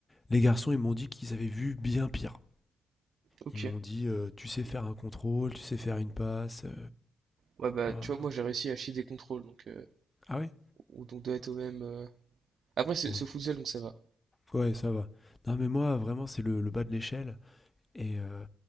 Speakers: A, on the left (about 20°); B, on the right (about 65°).
A: Les garçons, ils m'ont dit qu'ils avaient vu bien pire.
B: Ok.
A: Ils m'ont dit, euh, tu sais faire un contrôle, tu sais faire une passe. euh,
B: Ouais, bah,
A: ben,
B: tu vois, moi j'ai réussi à chier des contrôles, donc euh,
A: Ah ouais,
B: on, on doit être au même. euh. Après, c'est
A: ouais
B: c'est au futsal, donc ça va.
A: Ouais, ça va. Non, mais moi, vraiment, c'est le, le bas de l'échelle. Et, euh,